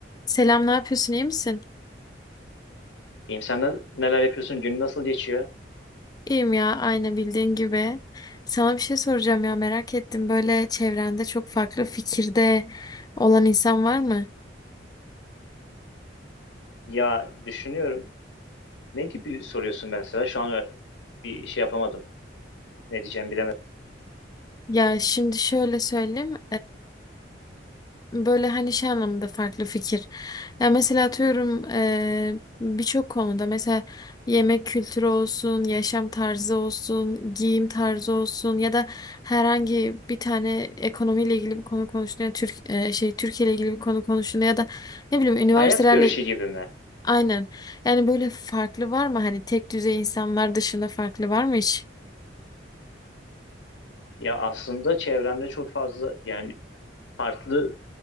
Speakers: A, on the left; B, on the left.
A: Selam, ne yapıyorsun? İyi misin?
B: İyiyim sen ne- neler yapıyorsun? Günün nasıl geçiyor?
A: İyiyim ya, aynı bildiğin gibi. Sana bir şey soracağım ya, merak ettim. Böyle çevrende çok farklı fikirde olan insan var mı?
B: Ya düşünüyorum. Ne gibi soruyorsun mesela? Şu an ö- bir şey yapamadım. Ne diyeceğimi bilemedim.
A: Ya şimdi şöyle söyleyeyim. Böyle hani şey anlamında farklı fikir. Ya mesela atıyorum eee, birçok konuda mesela yemek kültürü olsun, yaşam tarzı olsun, giyim tarzı olsun ya da herhangi bir tane ekonomiyle ilgili bir konu konuştuğunda Türk eee, şey Türkiye ile ilgili bir konu konuştuğunda ya da ne bileyim üniversitelerle
B: Hayat görüşü gibi mi?
A: aynen. Yani böyle farklı var mı hani tek düzey insanlar dışında farklı var mı hiç?
B: Ya aslında çevremde çok fazla yani farklı